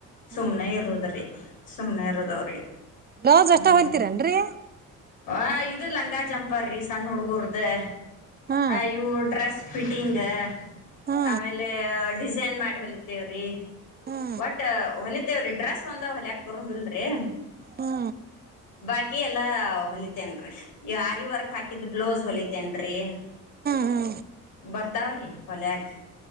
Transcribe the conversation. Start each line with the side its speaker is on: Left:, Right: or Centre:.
Left: ಸುಮ್ನೆ
Right: ಹಾ
Left: ಇರುದ್ರಿ ಸುಮ್ಮ್ನೆ ಇರೋದು ಅವ್ರಿಗೆ
Right: ಬ್ಲೌಸ್
Left: ಹ್ಮ್.
Right: ಅಷ್ಟ ಹೊಲ್ತೀರೇನ್ರಿ
Left: - ಆ ಇದು ಲಂಗ ಜಂಪರ್ರೀ ಸಣ್ಣ ಹುಡುಗೂರದ., -
Right: ಹಾ
Left: ಅಯವು ಡ್ರೆಸ್ <unintelligible> ಫಿಟಿಂಗ್, -
Right: ಹಾ ಹಾ
Left: ಆಮೇಲೆ ಡಿಸೈನ್ ಮಾಡ, - ಹೊಲಿತೇವ್ರೀ
Right: ಹಾ
Left: ಬಟ್ ಹೊಲಿತೇವ್ರೀ ಡ್ರೆಸ್ ಒಂದ, - ಯಾಕ್ ಬರೋದಲ್ರಿ
Right: ಹಾ
Left: ಬಾಕಿ ಎಲ್ಲಾ ಹೊಲ. - ತನ್ ರರಿ <inaudible> ಯಾರಿ ವರ್ಕ್ ಹಾಕಿದ್ದ್ ಬ್ಲೌಸ್ ಹೊಲಿತ, - ತನ್ <unintelligible>
Right: ಹಾ
Left: ಬರ್ತಾವ್ರಿ ಹೊಲ್ಯಕ್. -